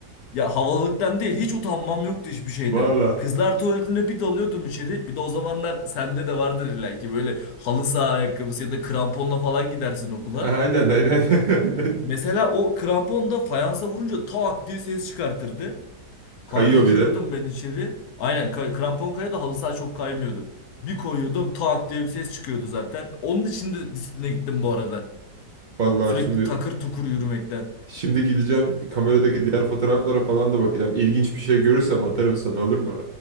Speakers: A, on the left (about 70°); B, on the right (about 80°).
A: Ya havalılıktan değil hiç utanmam yoktu hiçbir şeyden.
B: <laughs> Valla.
A: Kızlar tuvaletinde bir dalıyordum içeri. Bir de o zamanlar sende de vardır illa ki böyle halı saha ayakkabısı ya da kramponla falan gidersin okula.
B: Aynen aynen <laughs> aynen.
A: Mesela o krampon da fayansa vurunca tak diye ses çıkartırdı.
B: Kayıyor
A: Kanka bir
B: bir
A: giriyordum
B: de.
A: ben içeri. Aynen kay- krampon kayıyordu halı saha çok kaymıyordu. Bir koyuyordum tak diye bir ses çıkıyordu zaten. Onun için de disipline gittim bu arada.
B: Valla
A: Sürekli
B: şimdi
A: takır tukur yürümekten.
B: şimdi gideceğim kameradaki diğer fotoğraflara falan da bakacağım. İlginç bir şey görürsem atarım sana olur mu?